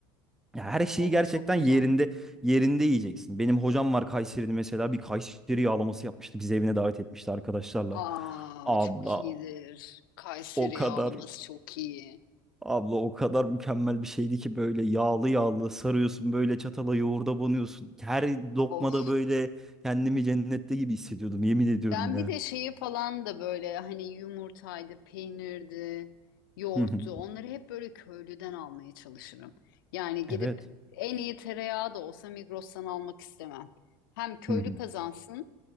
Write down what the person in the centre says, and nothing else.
Ya her şeyi
gerçekten
yerinde yerinde yiyeceksin. Benim hocam var Kayseri'de mesela bir Kayseri yağlaması yapmıştı. Bizi evine davet etmişti arkadaşlarla.
Abla
o kadar
Abla o kadar mükemmel bir şeydi ki böyle yağlı yağlı sarıyorsun böyle çatala yoğurda banıyorsun. Her lokmada
böyle kendimi cennette gibi hissediyordum yemin ediyorum
ya.
Hı hı.
Evet.
Hı hı.